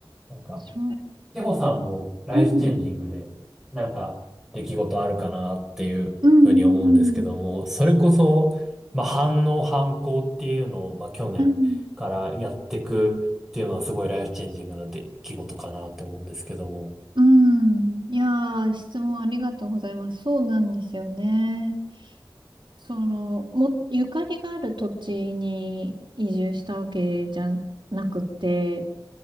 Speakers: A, in the centre; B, on the right.
A: なんか、
B: 面白い。
A: テホさんもライフチェンジングで、
B: うん。
A: なんか出来事あるかなっていうふうに思うんですけども、
B: うん。
A: それこそ、まあ反応反抗っていうのを、まあ去年からやっていくっていうのはすごいライフチェンジングな出来事かなって思うんですけども。
B: うん。うん。うん。いやー、質問ありがとうございます。そうなんですよね。その、も、ゆかりがある土地に移住したわけじゃなくて、